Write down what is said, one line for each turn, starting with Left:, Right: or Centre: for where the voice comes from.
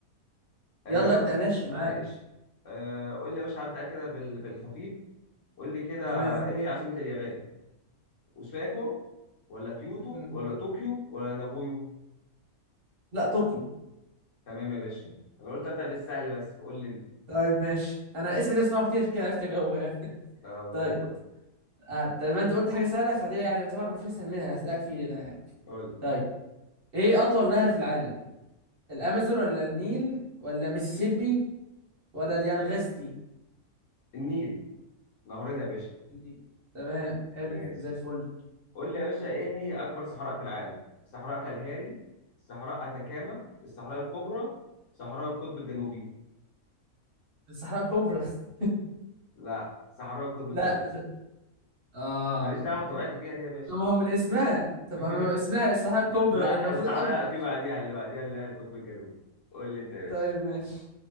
Left: آه
Right: يلا ابدا ماشي معاك
Left: ماشي آه قول لي يا باشا هبدا كده بال- بالخفيف قول لي كده
Right: تمام
Left: ايه هي عاصمه اليابان اوساكو ولا كيوتو
Right: مم.
Left: ولا طوكيو ولا نابويو
Right: لا طوكيو
Left: تمام يا باشا انا قلت ابدا بالسهل بس قول لي انت
Right: طيب ماشي انا اسمي ده اسمعه كتير عشان كده عرفت اجاوب يعني <laughs>
Left: طب زي
Right: طيب
Left: الفل
Right: آه، زي ما انت قلت حاجه سهله فدي يعني يعتبر مفيش اسهل منها اللي هسالك فيه ده يعني
Left: قول لي
Right: طيب ايه اطول نهر في العالم الامازون ولا النيل ولا ميسيسيبي ولا اليانغستي
Left: النيل نهرنا يا باشا
Right: النيل تمام حلو
Left: ماشي
Right: زي الفل
Left: قول لي يا باشا ايه هي اكبر صحراء في العالم صحراء كالهاري صحراء اتاكاما الصحراء الكبرى صحراء القطب الجنوبي
Right: الصحراء الكبرى <laughs>
Left: لا صحراء القطب
Right: لا
Left: الجنوبي
Right: ز- اه
Left: ماليش دعوه انت وقعت فيها دي يا باشا
Right: طب ما هو من اسمها طب
Left: <laughs>
Right: ما هو من اسمها الصحراء الكبرى
Left: لا
Right: يبقى المفروض
Left: الصحراء
Right: الاكبر
Left: لا في بعديها اللي بعديها اللي هي القطب الجنوبي قول لي انت يا باشا
Right: طيب ماشي